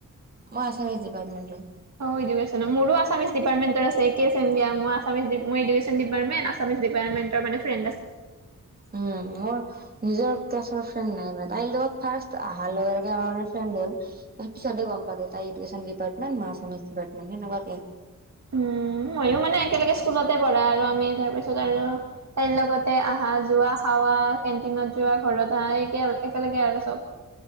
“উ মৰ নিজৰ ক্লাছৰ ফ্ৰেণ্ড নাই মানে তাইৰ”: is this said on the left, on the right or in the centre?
Right